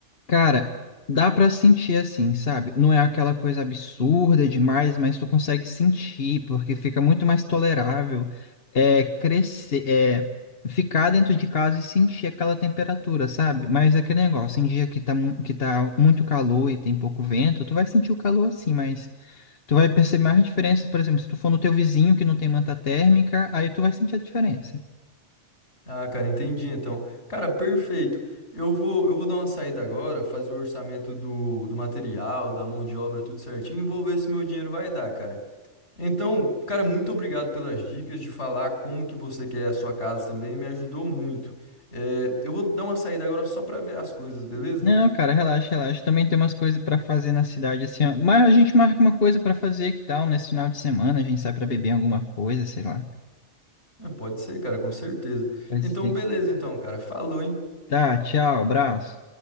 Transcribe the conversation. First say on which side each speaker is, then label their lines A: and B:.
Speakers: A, on the left; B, on the left.
A: Cara, dá pra sentir assim, sabe? Não é aquela coisa absurda demais, mas tu consegue sentir, porque fica muito mais tolerável é crescer, é ficar dentro de casa e sentir aquela temperatura, sabe? Mas é aquele negócio, em dia que tá, mu- que tá muito calor e tem pouco vento, tu vai sentir o calor assim, mas tu vai perceber mais a diferença, por exemplo, se tu for no teu vizinho que não tem manta térmica, aí tu vai sentir a diferença.
B: Ah, cara, entendi então. Cara, perfeito. Eu vou, eu vou dar uma saída agora, fazer o orçamento do, do material, da mão de obra, tudo certinho, e vou ver se meu dinheiro vai dar, cara. Então, cara, muito obrigado pelas dicas de falar como que você quer a sua casa também, me ajudou muito. É, eu vou dar uma saída agora só pra ver as coisas, beleza?
A: Não, cara, relaxa, relaxa. Também tem umas coisas pra fazer na cidade, assim, ó. Mas a gente marca uma coisa pra fazer, que tal? Nesse final de semana a gente sai pra beber alguma coisa, sei lá.
B: É, pode ser, cara, com certeza.
A: Vai
B: Então,
A: ser.
B: beleza então, cara. Falou, hein?
A: Tá, tchau, abraço.